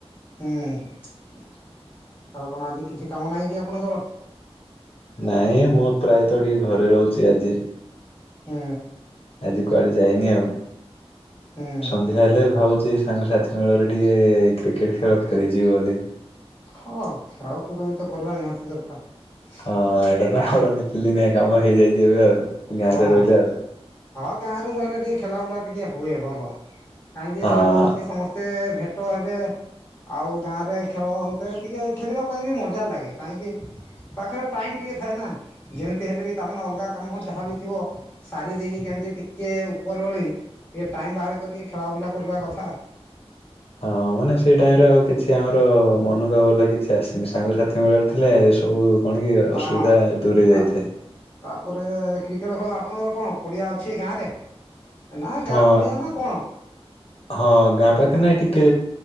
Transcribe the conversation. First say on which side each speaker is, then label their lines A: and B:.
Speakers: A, on the left; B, on the left.
A: ହୁଁ ଆଉ କଣ ଆଜି କିଛି କାମ ନାହିଁ କି ଆପଣଙ୍କର?
B: ନାଇଁ ମୁଁ ପ୍ରାୟତଃ ଟିକେ ଘରେ ରହୁଚି ଆଜି।
A: ହୁଁ।
B: ଆଜି କୁଆଡେ ଯାଇନି ଆଉ।
A: ହୁଁ।
B: ସନ୍ଧ୍ୟା ହେଲେ ଭାବୁଚି ଏ ସାଙ୍ଗସାଥି ମେଳରେ ଟିକେ କ୍ରିକେଟ ଖେଳ ଖେଳିଯିବି ବୋଲି।
A: ହଁ ଖେଳକୁଦ ବି ତ କରିବା ନିହାତି ଦରକାର।
B: ହଁ
A: ଖେଳିବା
B: ଏଇଟା ତ ଆମର ନିତିଦିନିଆ କାମ ହେଇଯାଇଚି ଏବେ ଆଉ।
A: ହଁ
B: ଗାଁରେ ରହିଲେ ଆଉ।
A: ହଁ ଗାଁରେ ରହିଲେ ଟିକେ ଖେଲା ବୁଲା ଟିକେ ହୁଏ ଭଲ। କାହିଁକି
B: ହଁ
A: ସାଙ୍ଗସାଥି ସମସ୍ତେ ଭେଟ ହେବେ ଆଉ ଗାଁରେ ଖେଳ ହୋଉଥାଏ ଟିକିଏ ଖେଳିବା ପାଇଁ ବି ମଜା ଲାଗେ କାହିଁକି ପାଖରେ ଟାଇମ୍ ଟିକେ ଥାଏନା ଯେମତି ହେଲେ ବି ତାମାନେ ଅଲଗା କାମ ଯାହାବ ବି ଥିବ ସାରି ଦେଇକି କେମିତି ଟିକେ ଉପର ବେଳି ଟିକେ ଟାଇମ ବାହାର କରିକି ଖେଳା ବୁଲା କରିବା କଥା।
B: ହଁ ମାନେ ସେଇ ଟାଇମରେ ଆଉ କିଛି ଆମର ମନ ଯ ଗଲା କିଛି ଆସିନି ସାଙ୍ଗ ସାଥି ମେଳରେ ଥିଲେ ଏସ ସବୁ କଣ କି
A: ହଁ
B: ଅସୁବିଧା ଦୂରେଇ
A: ତା
B: ଯାଇଥାଏ।
A: ତାପରେ କ୍ରିକେଟ ଖେଳ ଆପଣଙ୍କର କଣ ପଡ଼ିଆ ଅଛି ଗାଁରେ। ଏ ନା ଗାଁ
B: ହଁ
A: ପଡିଆ ନା କଣ?
B: ହଁ ଗାଁ ପାଖରେ ନାଇଁ ଟିକେ